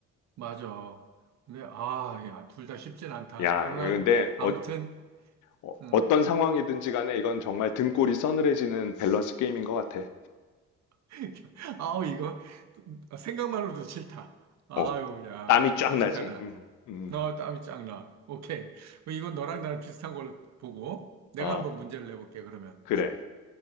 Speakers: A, on the right (about 65°); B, on the left (about 75°).
A: 맞아. 근데, 아, 야, 둘 다 쉽진 않다.
B: 야,
A: 그러나,
B: 근데
A: 아무튼,
B: 어, 어-
A: 음.
B: 어떤 상황이든지 간에 이건 정말 등골이 서늘해지는 밸런스 게임인 것 같아.
A: <laughs> 아우, 이거, 생각만으로도 싫다. 아유,
B: 어,
A: 야,
B: 땀이 쫙
A: 끔찍하다.
B: 나지? 음, 음,
A: 너 땀이 쫙 나. 오케이. 그럼 이건 너랑 나랑 비슷한 걸 보고, 내가
B: 아,
A: 한번 문제를 내볼게, 그러면.
B: 그래.